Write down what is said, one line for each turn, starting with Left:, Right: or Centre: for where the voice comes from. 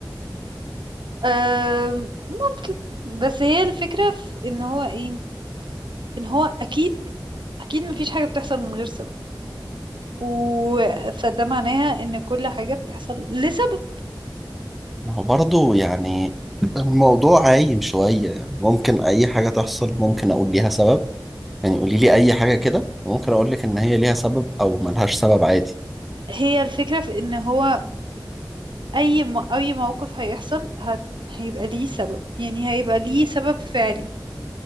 Right: أم، ممكن بس هي الفكرة في ان هو ايه ان هو اكيد اكيد مفيش حاجة بتحصل من غير سبب و... فده معناها ان كل حاجة بتحصل لسبب
Centre: ما هو برضه يعني الموضوع عايم شوية يعني ممكن اي حاجة تحصل ممكن اقول ليها سبب يعني قولي لي اي حاجة كده ممكن اقول لك ان هي ليها سبب او ملهاش سبب عادي
Right: هي الفكرة في ان هو اي م... اي موقف هيحصل هت... هيبقى ليه سبب يعني هيبقى ليه سبب فعلي